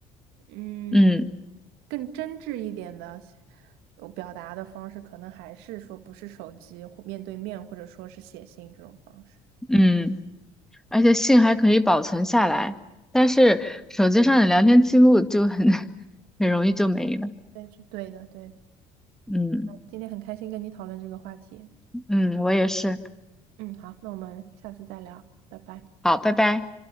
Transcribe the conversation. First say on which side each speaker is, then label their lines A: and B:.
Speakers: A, on the right; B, in the centre.
A: 嗯，
B: 嗯
A: 更真挚一点的呃表达的方式，可能还是说不是手机或面对面，或者说是写信这种方式。
B: 嗯，而且信还可以保存下来，但是手机上的聊天记录就很 <laughs> 很容易就没了。
A: 对，就对的，对的。
B: 嗯
A: 今天很开心跟你讨论这个话题。
B: 嗯，我也是。
A: 嗯，好，那我们下次再聊，拜拜。
B: 好，拜拜。